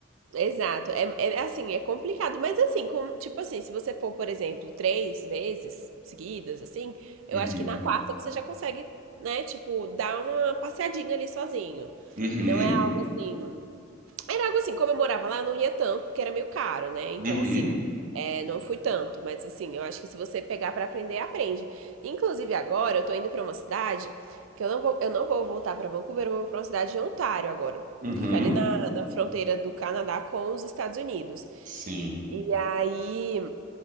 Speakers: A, on the right (about 90°); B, on the right (about 45°).
A: exato. É, é assim, é complicado, mas assim, com- tipo assim, se você for, por exemplo, três vezes seguidas, assim, eu
B: Uhum.
A: acho que na quarta você já consegue, né, tipo, dar uma passeadinha ali sozinho.
B: Uhum.
A: Não é algo assim. Era algo assim, como eu morava lá, eu não ia tanto, porque era meio caro, né? Então,
B: Uhum.
A: assim, é, não fui tanto, mas assim, eu acho que se você pegar pra aprender, aprende. Inclusive agora, eu tô indo pra uma cidade que eu não vou, eu não vou voltar pra Vancouver, eu vou pra uma cidade em Ontário agora.
B: Uhum.
A: Que fica ali na, na fronteira do Canadá com os Estados Unidos.
B: Sim.
A: E aí,